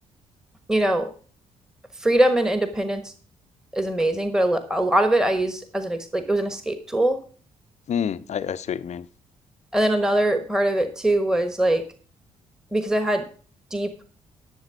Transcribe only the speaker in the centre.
you know, freedom and independence is amazing, but a, lot of it I used as an ex- like it was an escape tool.
And then another part of it too was like because I had deep